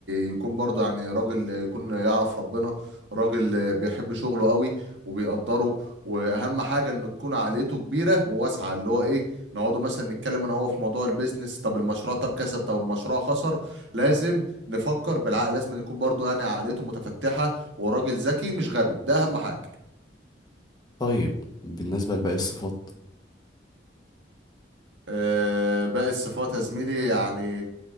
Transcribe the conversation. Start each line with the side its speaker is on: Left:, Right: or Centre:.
Right: يكون برضه يعني راجل يكون يعرف ربنا راجل بيحب شغله قوي وبيقدره واهم حاجه انه تكون عقليته كبيره وواسعه اللي هو ايه نقعدوا مثلا نتكلم انا هو في موضوع البيزنس طب المشروع طب كسب طب المشروع خسر لازم نفكر بالعقل لازم يكون برضه يعني عقليته متفتحه وراجل ذكي مش غبي ده اهم حاجه
Left: طيب بالنسبة لباقي الصفات
Right: آه، باقي الصفات يا زميلي يعني